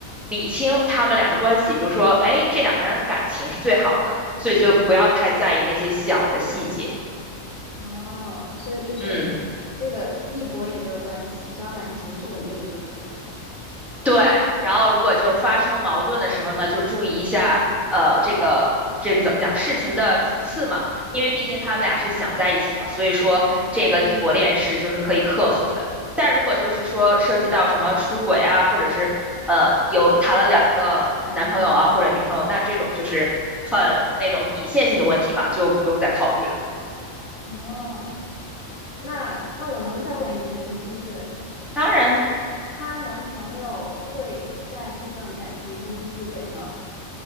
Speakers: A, in the centre; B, on the left (about 40°).
A: 理清他们俩的关系，比如说，哎，这两个人感情是最好的，所以就不要太在意那些小的细节，
B: 哦，所以就是
A: 嗯。
B: 这个异国也没有关系，只要感情是稳定的就可以。
A: 对，然后如果就是发生矛盾的时候呢，就注意一下，呃，这个这个怎么讲，事情的主次嘛，因为毕竟他们俩是想在一起嘛，所以说这个异国恋是就是可以克服的。但如果就是说涉及到什么出轨啊，或者是呃有谈了两个男朋友啊或者女朋友，那这种就是很那种底线性的问题嘛，就不用再考虑了。
B: 哦，那那我能再问一个问题，就是
A: 当然，
B: 她男朋友会在这段感情中出轨吗？